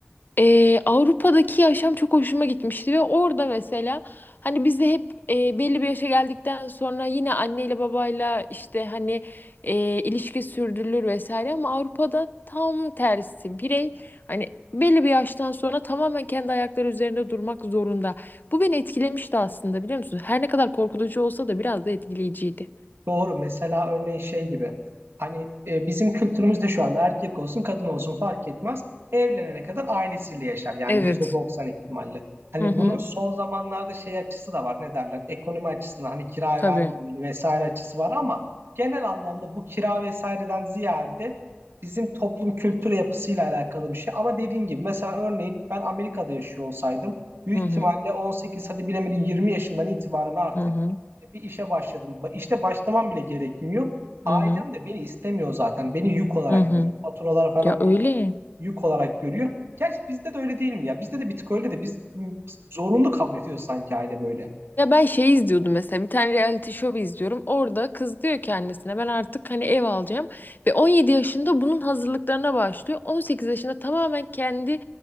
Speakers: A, on the left; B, on the right.
A: Ee, Avrupa'daki yaşam çok hoşuma gitmişti ve orada mesela hani biz de hep e, belli bir yaşa geldikten sonra yine anneyle babayla işte hani e, ilişki sürdürülür vesaire ama Avrupa'da tam tersi birey hani belli bir yaştan sonra tamamen kendi ayakları üzerinde durmak zorunda. Bu beni etkilemişti aslında biliyor musun? Her ne kadar korkutucu olsa da biraz da etkileyiciydi.
B: Doğru. Mesela örneğin şey gibi. Hani e, bizim kültürümüzde şu anda erkek olsun kadın olsun fark etmez. Evlenene kadar ailesiyle yaşar. Yani
A: Evet.
B: yüzde doksan ihtimalle. Hani
A: Hı hı,
B: bunun son zamanlarda şey açısı da var. Ne derler? Ekonomi açısından hani kiraya
A: tabii.
B: vermemeli vesaire açısı var ama genel anlamda bu kira vesaireden ziyade bizim toplum kültür yapısıyla alakalı bir şey. Ama dediğin gibi mesela örneğin ben Amerika'da yaşıyor olsaydım büyük
A: Hı
B: ihtimalle
A: hı,
B: 18 hadi bilemedi 20 yaşından itibaren artık
A: hı hı,
B: bir işe başladım. Ba- İşte başlamam bile gerekmiyor.
A: hı
B: Ailem
A: hı,
B: de beni istemiyor zaten. Beni yük olarak
A: hı hı.
B: görüyor. Faturalara falan
A: Ya öyle.
B: bir yük olarak görüyor. Gerçi bizde de öyle değil mi ya? Bizde de bir tık öyle de biz, biz zorunlu kabul ediyoruz sanki aile böyle.
A: Ya ben şey izliyordum mesela bir tane reality show izliyorum. Orada kız diyor ki annesine ben artık hani ev alacağım. Ve 17 yaşında bunun hazırlıklarına başlıyor. 18 yaşında tamamen kendi